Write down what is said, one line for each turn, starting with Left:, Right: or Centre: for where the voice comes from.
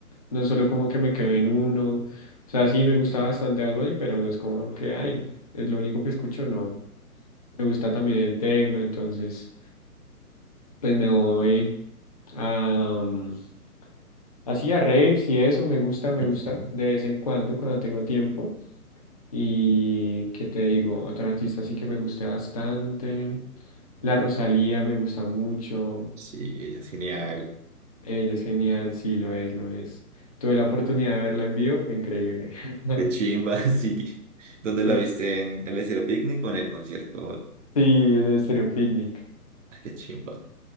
Left: no solo como que me quedo en uno. O sea, sí me gusta
Right: qué-
Left: bastante Bad Bunny, pero no es como que, ay, es lo único que escucho, no. Me gusta también el techno, entonces pues me voy a... mm, Así a raves y eso me gusta, me
Right: ujú.
Left: gusta de vez en cuando cuando tengo tiempo. Y qué te digo, otra artista sí que me guste bastante. La Rosalía me gusta mucho.
Right: Sí, ella es genial.
Left: Ella es genial, sí, lo es, lo es. Tuve la oportunidad de verla en vivo, fue increíble. <laughs>
Right: Qué chimba, <laughs> sí. ¿Dónde
Left: Fue-
Right: la viste? ¿En en el estilo Picnic o en el concierto?
Left: Sí, en el Estéreo Picnic.
Right: Ah, qué chimba.